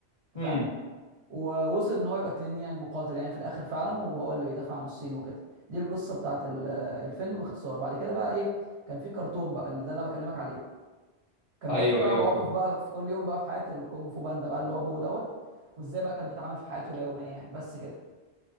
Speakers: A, on the right; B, on the left.
A: انت
B: امم
A: فاهم ووصل ان هو يبقى التنين يعني المقاتل يعني في الاخر فعلا وهو اللي بيدافع عن الصين وكده دي القصه بتاعت ال- الفيلم باختصار بعد كده بقى ايه كان في كرتون بقى اللي ده اللي أنا بكلمك عليه كان
B: ايوه
A: بيحكي بقى
B: ايوه
A: مواقف
B: فاهم
A: بقى في كل يوم بقى في حياه الكونج فو باندا بقى اللي هو بو دوت وازاي بقى كان بيتعامل في حياته اليوميه يعني بس كده